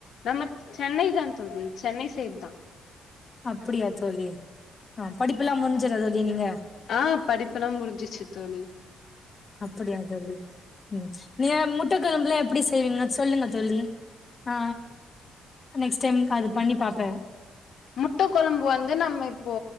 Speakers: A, on the left; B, on the left.
A: நம் சென்னை தான் தோழி சென்னை சைட தான்
B: அப்டியா தோலி ஆ படிப்புல்லாம் முன் ல்ல நீங்க
A: ஆ படிப்புல்லாம் முடிஞ்சிச்சு தோழி
B: அப்டியா தோழி ம் நீ முட்டக்கெழம்புல அப்டி செய்வங்க சொல்லுங்க தோழி ஆ நெக்ஸ்ட் டைம் அது பண்ணி பாப்பேன்
A: முட்ட கொழம்பு வந்து நம்ம இப்போ